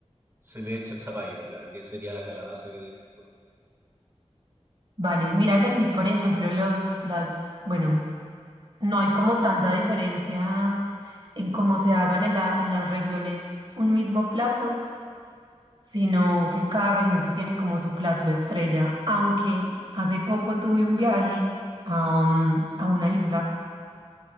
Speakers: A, on the right; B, on the right.
A: se le echa el zapallo, claro, que sería la calabaza que dices tú.
B: Vale, mira que aquí, por ejemplo, los, las, bueno. No hay como tanta diferencia en cómo se hagan en la, en las regiones un mismo plato, sino que cada región sí tiene como su plato estrella. Aunque hace poco tuve un viaje a, um, a una isla